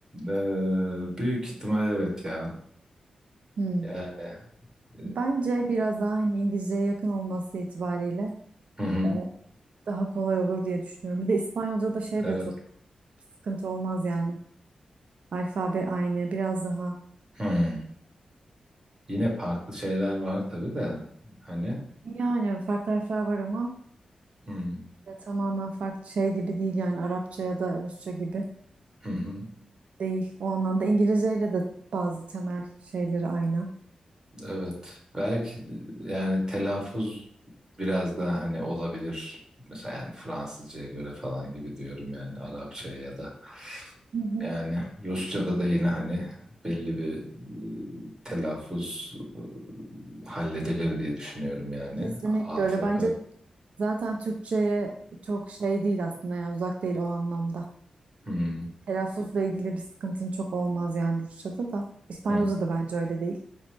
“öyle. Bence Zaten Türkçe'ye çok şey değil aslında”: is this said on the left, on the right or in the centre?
Right